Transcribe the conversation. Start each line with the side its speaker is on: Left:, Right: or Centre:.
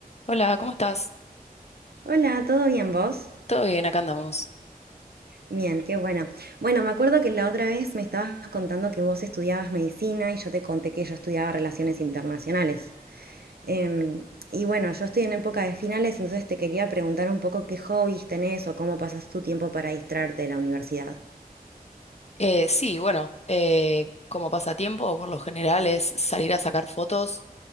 Left: Hola, ¿cómo estás?
Right: Hola, ¿todo bien vos?
Left: Todo bien, acá andamos.
Right: Bien, qué bueno. Bueno, me acuerdo que la otra vez me estabas contando que vos estudiabas medicina y yo te conté que yo estudiaba relaciones internacionales. Em, y bueno, yo estoy en época de finales, entonces te quería preguntar un poco qué hobbies tenés o cómo pasas tu tiempo para distraerte de la universidad.
Left: Eh, sí, bueno, eh, como pasatiempo, por lo general es salir a sacar fotos.